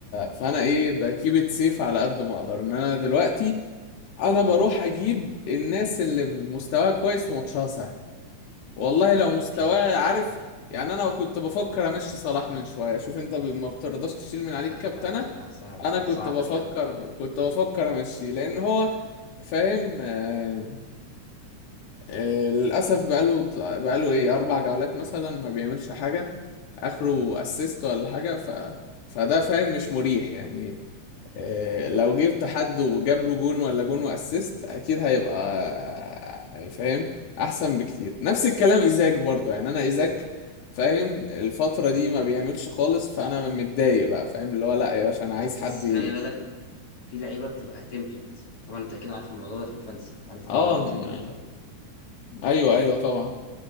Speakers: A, on the left; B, on the left.
A: فانا ايه بكيب ات سيف على قد ما اقدر ان انا دلوقتي انا
B: امم
A: بروح اجيب الناس اللي مستواها كويس وماتشها سهل والله لو مستواه
B: جميل
A: عارف يعني انا كنت بفكر امشي صلاح من شويه شوف انت ب- ما بترضاش تشيل من عليك
B: لا
A: كابتنه
B: لا لا لا صعبة
A: انا
B: دي
A: كنت
B: صعبة
A: بفكر
B: دي قوي
A: كنت بفكر امشي لان هو فاهم آه آه للاسف بقاله بقاله ايه اربع جولات مثلا ما بيعملش حاجه اخره
B: امم
A: اسيست ولا حاجه ف فده فاهم مش مريح يعني آه، لو جبت حد وجاب له جون ولا جون واسيست اكيد هيبقى
B: امم.
A: آه، يعني فاهم احسن بكتير نفس الكلام ايزاك برضه يعني انا ايزاك فاهم الفترة دي ما بيعملش خالص فانا متضايق بقى فاهم اللي هو لا يا باشا انا عايز حد
B: بس خلي
A: ي-
B: بالك في لعيبة بتبقى تمبلت طبعا انت اكيد عارف الموضوع ده في الفانسي عارف الحوار
A: اه
B: اللي هو التمبلت
A: م-
B: ده
A: ايوه ايوه طبعا